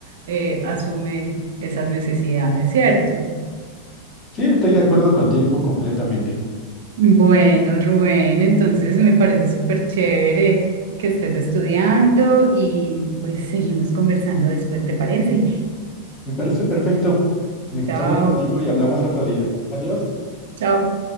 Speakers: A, on the right (about 55°); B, on the left (about 30°).
A: eh, asume esas necesidades, ¿cierto?
B: sí, estoy de acuerdo contigo completamente.
A: Bueno, Rubén, entonces me parece súper chévere que estés estudiando y pues seguimos conversando después, ¿te parece?
B: Me parece perfecto. Me gusta
A: Chao.
B: hablar contigo y hablamos otro día. Adiós.
A: Chao.